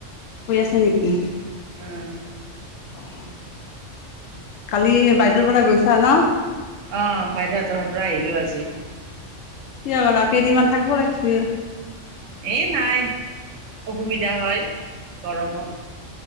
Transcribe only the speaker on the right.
উম।
অ', বাইদেউহঁতৰ পৰা আহিলো আজি।
এ নাই, অসুবিধা হয়, গৰমত।